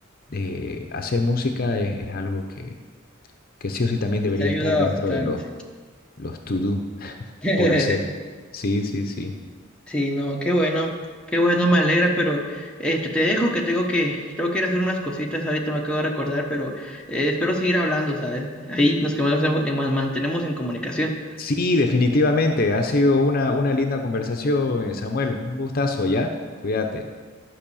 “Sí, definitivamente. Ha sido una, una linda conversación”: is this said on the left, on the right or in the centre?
Left